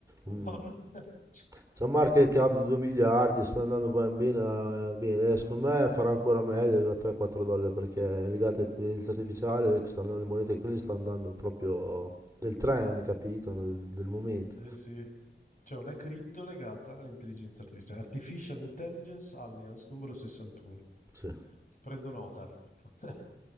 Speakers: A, on the right; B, on the left.
A: mm,
B: <laughs>
A: c'è un market cap di 2 miliardi, sta andando ben bene, eh, bene. eh, Secondo me farà ancora meglio, arriva a 3-4 dollari perché è legata all'intelligenza artificiale, stanno- le monete quelle stanno andando proprio del trend, capito? Del, del momento.
B: Sì, sì. C'è una cripto legata all'intelligenza artificiale. Artificial Intelligence Alliance numero 61.
A: Sì.
B: Prendo nota. <laughs>